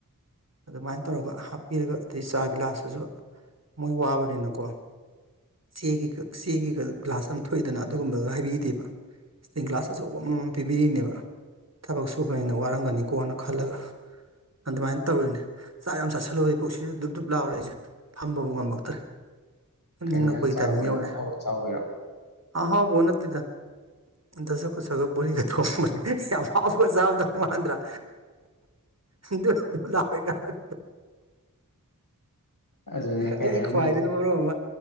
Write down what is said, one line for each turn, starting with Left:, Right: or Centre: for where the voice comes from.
Right: ꯑꯗꯨꯃꯥꯏꯅ ꯇꯧꯔꯒ ꯍꯥꯞꯄꯤꯔꯒ ꯑꯗꯩ ꯆꯥ ꯒꯤꯂꯥꯁꯇꯨꯁꯨ ꯃꯣꯏ ꯋꯥꯕꯅꯤꯅꯀꯣ ꯆꯦꯒꯤ ꯆꯦꯒꯤ ꯒ꯭ꯂꯥꯁ ꯑꯃ ꯊꯣꯛꯏꯗꯅ ꯑꯗꯨꯒꯨꯝꯕ ꯑꯗꯨ ꯍꯥꯏꯕꯤꯗꯦꯕ ꯏꯁꯇꯤꯟ ꯒ꯭ꯂꯥꯁ ꯑꯆꯧꯕ ꯑꯃꯃꯝ ꯄꯤꯕꯤꯔꯤꯅꯦꯕ ꯊꯕꯛ ꯁꯨꯕꯅꯤꯅ ꯋꯥꯔꯝꯒꯅꯤꯀꯣꯅ ꯈꯜꯂꯒ ꯑꯗꯨꯃꯥꯏꯅ ꯇꯧꯔꯤꯅꯦ ꯆꯥꯛ ꯌꯥꯝ ꯆꯥꯥꯁꯜꯂꯨꯕꯩ ꯄꯨꯛꯁꯤꯁꯨ ꯗꯨꯞ ꯗꯨꯞ ꯂꯥꯎꯔꯦ ꯑꯩꯁꯦ ꯐꯝꯕꯕꯨ ꯉꯝꯃꯛꯇ꯭ꯔꯦ ꯇꯨꯝ
Left: ꯀꯩ
Right: ꯅꯤꯡꯉꯛꯄꯒꯤ
Left: ꯏꯟꯖꯥꯡ ꯆꯥꯔꯨꯕꯩꯅꯣ
Right: ꯇꯥꯏꯃꯤꯡ ꯌꯧꯔꯛꯑꯦ
Left: ꯑꯍꯥꯎꯕ ꯆꯥꯎꯕꯩꯔꯣ
Right: ꯑ ꯍꯥꯎꯕꯣ ꯅꯠꯇꯦꯗꯥ ꯗꯁꯥ ꯀꯨꯁꯥꯒꯥ ꯕꯣꯔꯤꯒꯥ ꯊꯣꯡꯕꯅꯦ ꯌꯥꯝ ꯍꯥꯎꯅ ꯆꯔꯝꯗꯧ ꯃꯥꯟꯗꯔꯥ ꯗꯨꯞ ꯗꯨꯞ ꯂꯥꯎꯔꯦ ꯀꯥꯏꯅ
Left: ꯑꯗꯨꯅꯦ ꯀꯩ
Right: ꯑꯩꯒꯤ
Left: ꯍꯥꯏꯅꯤ
Right: ꯈꯨꯍꯥꯏꯗꯨꯅ
Left: ꯅꯪꯒꯤ
Right: ꯃꯔꯣꯟ ꯑꯃꯥ